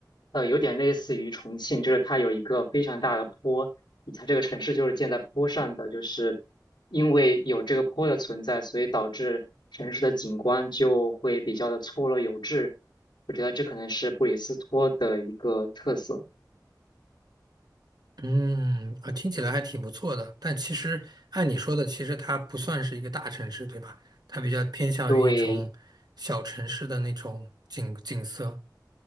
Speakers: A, on the left; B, on the right.
A: 呃，有点类似于重庆，就是它有一个非常大的坡，它这个城市就是建在坡上的，就是因为有这个坡的存在，所以导致城市的景观就会比较的错落有致。我觉得这可能是布里斯托的一个特色。
B: 嗯，啊，听起来还挺不错的，但其实按你说的，其实它不算是一个大城市，对吧？它比较偏向于一种小城市的那种景景色。
A: 对，